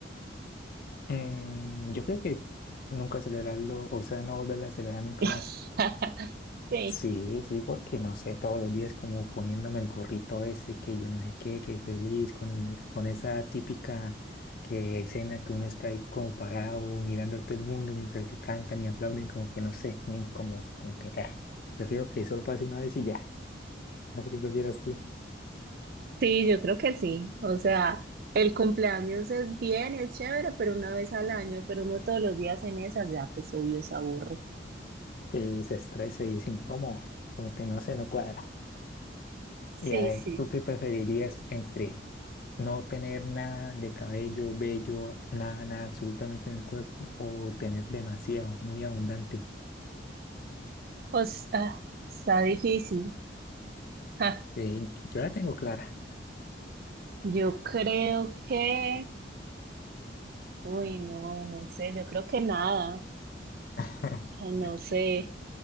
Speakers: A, on the left; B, on the right.
A: Mm, yo creo que nunca acelerarlo, o sea, no volverlo a acelerar nunca
B: <laughs>
A: más.
B: Sí.
A: Sí, sí, porque no sé, todos los días como poniéndome el gorrito ese, que yo no sé qué, que feliz, con, con esa típica que, escena que uno está ahí como parado, mirando a todo el mundo mientras que cantan y aplauden, como que no sé, muy como, como que, ah, prefiero que solo pase una vez y ya. No sé qué prefieras tú,
B: Sí, yo creo que sí. O sea, el cumpleaños es bien, es chévere, pero una vez al año, pero no todos los días en esa, ya pues obvio se aburre.
A: que se estresa y es incómodo, como que no sé, no cuadra.
B: Sí,
A: Y a ver,
B: sí.
A: ¿tú qué preferirías entre No tener nada de cabello, vello, nada, nada absolutamente en el cuerpo o tener demasiado, muy abundante.
B: O sea, está difícil. Ja,
A: Sí, yo la tengo clara.
B: Yo creo que, uy, no, no sé, yo creo que nada,
A: <laughs>
B: no sé.